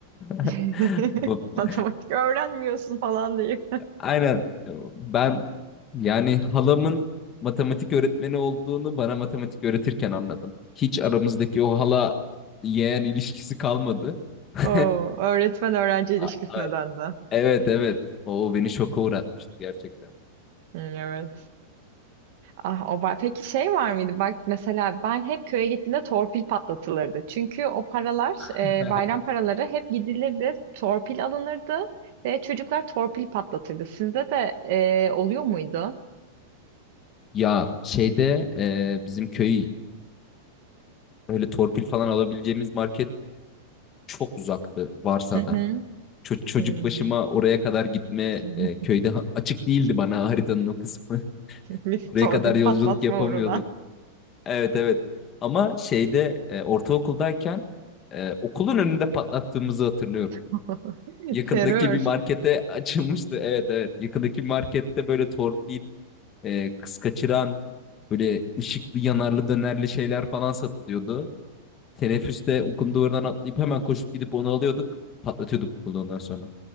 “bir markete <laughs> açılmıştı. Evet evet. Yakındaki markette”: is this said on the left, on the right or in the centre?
Left